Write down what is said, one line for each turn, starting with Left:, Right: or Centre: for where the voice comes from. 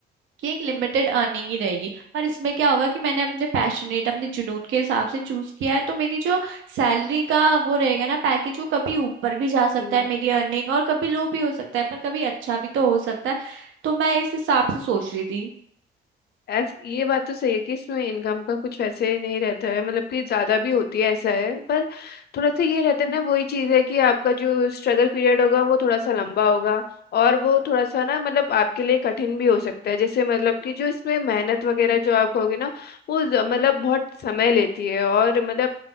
Right: कि एक लिमिटेड अर्निंग ही रहेगी पर इसमें क्या होगा कि मैंने अपने पैशनेट अपने जुनून के हिसाब से चूज किया है तो मेरी जो सैलरी का वो रहेगा ना पैकेज वो कभी ऊपर भी जा सकता
Left: हम्म,
Right: है मेरी अर्निंग और कभी लो भी हो सकता है पर कभी अच्छा भी तो हो सकता है तो मैं इस हिसाब से सोच रही थी
Left: ऐस ये बात तो सही है कि इसमें इनकम का कुछ वैसे नहीं रहता है मतलब कि ज्यादा भी होती है ऐसा है पर थोड़ा सा ये रहता है ना वही चीज है कि आपका जो स्ट्रगल पीरियड होगा वो थोड़ा सा लंबा होगा और वो थोड़ा सा ना मतलब आपके लिए कठिन भी हो सकता है जैसे मतलब कि जो इसमें मेहनत वगैरह जो आप कहोगे ना वो ज- मतलब बहुत समय लेती है और मतलब